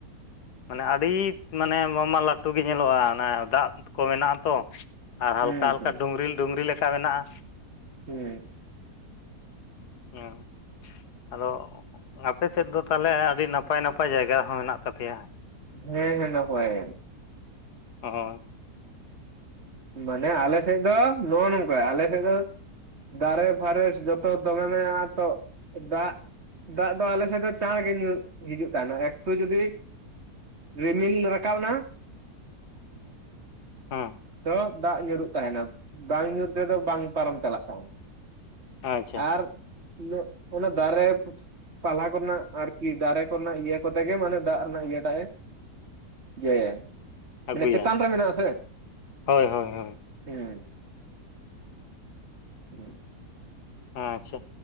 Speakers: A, on the left (about 75°); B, on the right (about 45°).
A: ᱢᱟᱱᱮ ᱟᱹᱰᱤ ᱢᱟᱱᱮ ᱵᱟᱝᱢᱟ ᱞᱟᱹᱴᱩ ᱜᱮ ᱧᱮᱞᱚᱜᱼᱟ, ᱚᱱᱟ ᱫᱟᱜ ᱠᱚ ᱢᱮᱱᱟᱜᱼᱟ ᱛᱚ᱾ ᱟᱨ
B: ᱦᱩᱸ
A: ᱦᱟᱞᱠᱟ ᱦᱟᱞᱠᱟ
B: ᱦᱩᱸ
A: ᱰᱩᱝᱨᱤᱞ ᱰᱩᱝᱨᱤ ᱞᱮᱠᱟ ᱢᱮᱱᱟᱜᱼᱟ᱾
B: ᱦᱩᱸ
A: ᱦᱩᱸ ᱟᱫᱚ, ᱟᱯᱮ ᱥᱮᱫ ᱫᱚ ᱛᱟᱦᱮᱞᱮ ᱟᱹᱰᱤ ᱱᱟᱯᱟᱭ ᱱᱟᱯᱟᱭ ᱡᱟᱭᱜᱟ ᱦᱚᱸ ᱢᱮᱱᱟᱜ ᱛᱟᱯᱮᱭᱟ᱾
B: ᱦᱮᱸᱻᱦᱮᱸ ᱱᱟᱯᱟᱭ
A: ᱦᱚᱜ ᱚᱸᱭ
B: ᱢᱟᱱᱮ ᱟᱞᱮ ᱥᱮᱫ ᱫᱚ ᱱᱚᱜᱼᱚᱭ ᱱᱚᱝᱠᱟ ᱟᱞᱮ ᱥᱮᱫ ᱫᱚ ᱫᱟᱨᱮ ᱯᱷᱟᱨᱮᱥ ᱡᱚᱛᱚ ᱫᱚᱢᱮ ᱢᱮᱱᱟᱜᱼᱟ, ᱛᱚ ᱫᱟᱜ ᱫᱟᱜ ᱫᱚ ᱟᱞᱮ ᱥᱮᱫ ᱫᱚ ᱪᱟᱬ ᱜᱮ ᱧᱩᱨ ᱦᱤᱡᱩᱜ ᱛᱟᱦᱮᱱᱚᱜ, ᱮᱠᱴᱩ ᱡᱩᱫᱤ ᱨᱤᱢᱤᱞ ᱨᱟᱠᱟᱵ ᱮᱱᱟ,
A: ᱦᱚᱸ
B: ᱛᱚ ᱫᱟᱜ ᱧᱩᱨᱩᱜ ᱛᱟᱦᱮᱱᱟ ᱵᱟᱝ ᱧᱩᱨ ᱛᱮᱫᱚ ᱵᱟᱝ ᱯᱟᱨᱚᱢ ᱪᱟᱞᱟᱜ ᱛᱟᱦᱮᱸᱫ ᱾
A: ᱟᱪᱪᱷᱟ
B: ᱟᱨ ᱤᱱᱟᱹᱜ ᱚᱱᱟ ᱫᱟᱨᱮᱯ ᱯᱟᱞᱦᱟ ᱠᱚᱨᱮᱱᱟᱜ ᱟᱨᱠᱤ ᱫᱟᱨᱮ ᱠᱚᱨᱮᱱᱟᱜ ᱤᱭᱟᱹ ᱠᱚᱛᱮ ᱜᱮ ᱢᱟᱱᱮ ᱫᱟᱜ ᱨᱮᱱᱟᱜ ᱤᱭᱟᱹᱴᱟᱜ ᱮ ᱜᱮ
A: ᱟᱹᱜᱩᱭᱟᱭ
B: ᱢᱟᱱᱮ ᱪᱮᱛᱟᱱ ᱨᱮ ᱢᱮᱱᱟᱜᱼᱟ ᱥᱮ?
A: ᱦᱳᱭ ᱦᱳᱭ ᱦᱳᱭ᱾
B: ᱦᱮᱸ <inaudible>
A: ᱟᱻᱪᱷᱟ